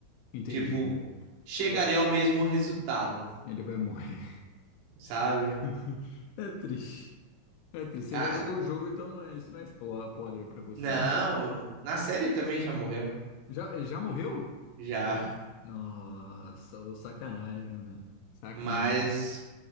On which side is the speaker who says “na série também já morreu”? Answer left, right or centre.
Right